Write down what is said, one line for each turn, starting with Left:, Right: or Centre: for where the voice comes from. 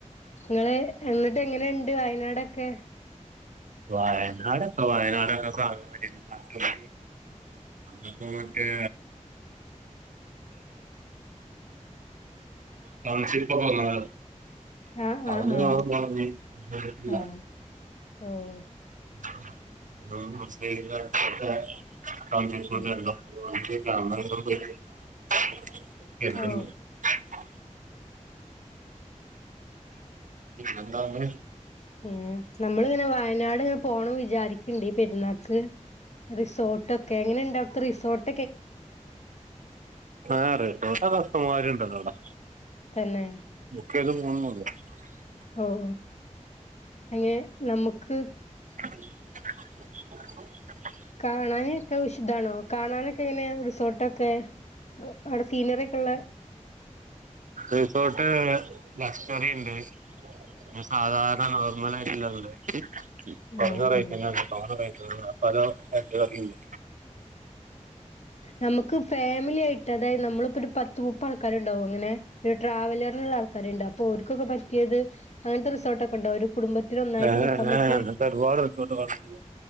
Left: നിങ്ങള് എന്നിട്ട് എങ്ങനെണ്ട് വയനാട് പെ
Right: വയനാടൊക്കെ വയനാടൊക്കെ സാഗണ്ട അതിപ്പോൊ മറ്റേ തസിപ്പൊ പോന്ന
Left: ആഹ്
Right: അ
Left: ആഹ് ആഹ്
Right: പറട്ടില്ല
Left: ആഹ് ഓഹ്
Right: ആ മട്ട ആ സ
Left: ഉം
Right: ആ പോ ഉം
Left: ഓഹ്
Right: ഇന്താണ്
Left: ഉ നമ്മളിങ്ങനെ വയനാട് ഇങ്ങനെ പോണം വിചാരിക്കണ്ടണ്ട് പെരുന്നാക്ക് റിസോർട്ടൊക്കെ എങ്ങനെ ഇണ്ടവിത്തെ റിസോർട്ട്
Right: ആറ ട്ട കഷമാരുണ്ടല്ലോ അവിടെ
Left: തന്നെ
Right: <unintelligible>
Left: ഒഒ അങ്ങെ നമുക്ക്
Right: ഉ <inaudible>
Left: കാണാനക്കെ വിഷിതാണോ കാണാനൊക്കെങ്ങനെയാ റിസോട്ടൊക്കെ അവിടെ സീനറിക്കൊള്ള
Right: റിസോട്ട് ലക്ഷ്വറിണ്ട് പിന്നെ സാധാരണ നോർമലായിട്ടുള്ളണ്ട്
Left: ഉം
Right: പൗഞ്ഞൂർ
Left: ഉം
Right: യി ന പൗണൂർായിയി <unintelligible> പല ഫാക്ടറികൾക്കണ്ട്
Left: നമുക്ക് ഫാമിലിയായി മറ്റേത് നമ്മളിപ്പോരു പത്തുമുപ്പതാൾക്കാരുണ്ടാവുങ്ങനെ ഒരു ട്രാവലറിനുള്ളൾക്കാരുണ്ടാവുപ്പൊർക്കൊക്കെ പറ്റിയത് അങ്ങനത്തെ റിസോർട്ടോക്കെണ്ടോ ഒരു കുടുംബത്തിനൊന്നായിട്ട്
Right: ഏഹ്
Left: നിക്കാൻ പറ്റിയ
Right: ഏഹ് അങ്ങനത്തെ ഒരുപാട് റിസോർട്ടുകളുണ്ടല്ലോ